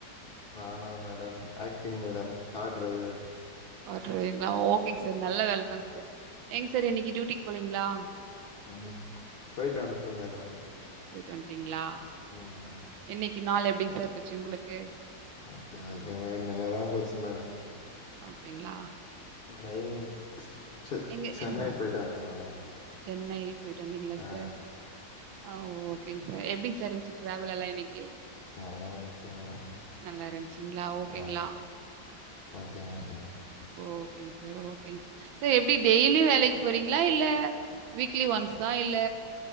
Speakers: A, on the left; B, on the right.
A: நானா madam acting madam car driver
B: அப்டிங்களா ஓகேங்க சார். நல்ல வேலதாங் சார். ஏங்க சார் இன்னெக்கி டியூட்டிக்கு போலெங்களா
A: ம் போயிட்டு வந்துட்டே மேடம்.
B: போயிட்டு வன்டீங்களா
A: உம்
B: இன்னெக்கி நாள் எப்பிடிங் சார் போச்சு உங்களுக்கு?
A: Okay okay madam. நல்லாதா போச்சு மேடம்.
B: ஓகேங்க்ளா
A: ட்ரைவிங் செ
B: எங்க
A: சென்னை
B: எந்
A: போய்ட்டு வந்தே மேடம்
B: சென்னை போய்ட்டு வந்தீங்ளா
A: ஆ
B: சார் ஆ ஓகேங் சார் எப்டி சார் இருன்ச் டிராவலல்லா இன்னைக்
A: நல்லா இருன்ச்சு மேடம்
B: நல்லா இருந்துச்சுங்களா ஓகேங்களா
A: ஆ ஓகே ஓகே மேடம்
B: ஓகேங்க சார் ஓகேங்க சார் சார் எப்டி டெய்லியூ வேலைக் போறீங்ளா இல்ல வீக்லி ஒன்ஸா இல்ல